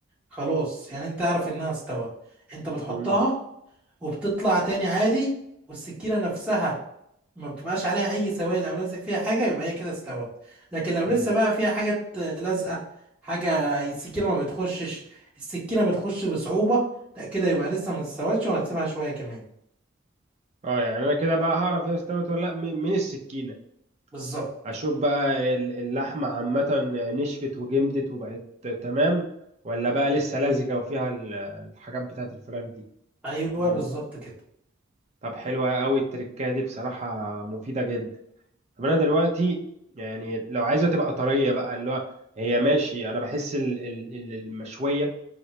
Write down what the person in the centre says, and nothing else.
خلاص يعني انت عارف انها استوت انت بتحطها
وبتطلع تاني عادي والسكينة نفسها ما بتبقاش عليها اي سوائل او لازق فيها حاجه يبقى هي كده استوت لكن لو
لسه بقى فيها حاجات لازقه حاجه السكينه ما بتخشش السكينه بتخش بصعوبه لا كده يبقى لسه ما استوتش وهتسيبها شويه كمان
بالظبط
ايوه
بالظبط كده